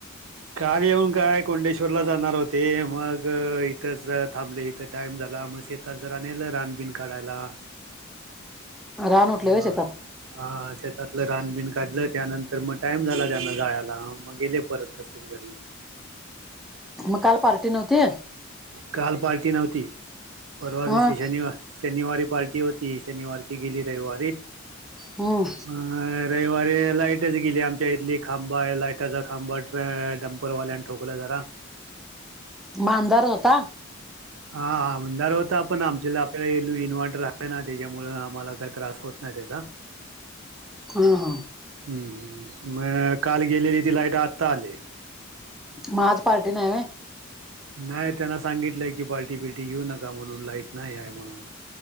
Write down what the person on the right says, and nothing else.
काल येऊन काय कोंडेश्वरला जाणार होते मग इथ जर थांबले इथं टाईम झाला मग शेतात जरा नेलं रानबीन काढायला.
म
हा शेतातलं रानबिन काढलं त्यानंतर मग टाइम झाला त्याना जायला म मग गेले परत तसंच घरी.
काल पार्टी नव्हती परवा
दिवशी शनिवार शनिवारी पार्टी होती शनिवारीची गेली रविवारी
अ रविवारी लाइटच गेली आच्या इथली खांबा लाइटचा खांबा ं्परवाल्यान. ठोकल्या जरा.
हा आमदार होता पण आमच्या आपल्याला येलू इन्व्हर्टर आहे ना त्याच्यामुळें आम्हाला काय त्रास होत. हच
हम्म म काल गेलेली ती लाईट आत्ता आली.
नाही त्यांना सांगितलंय की पाल्टी बिल्टी घेऊ नका म्हणून लाईट नाही आहे म्हणून